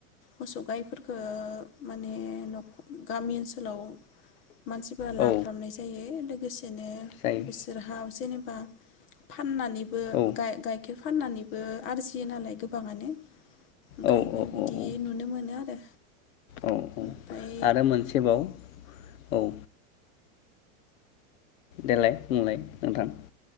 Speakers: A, on the left; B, on the left.
A: मोसौ गाय फोरखो माने नख गामि ओनसोलाव मानसिफोरा
B: औ
A: लाफ्रामनाय जायो बे बिदिनो
B: जायो
A: बिसोरहा जेनोबा बा फाननानैबो
B: औ
A: गाइ-गाइखेर फाननानै आरजियो नालाय गोबाङानो ओंखायनो
B: औ औ
A: बिदि
B: औ
A: नुनो मोनो आरो।
B: औ औ
A: ओमफ्राय
B: आरो मोनसेबाव औ। देलाय बुंलाय नोंथां।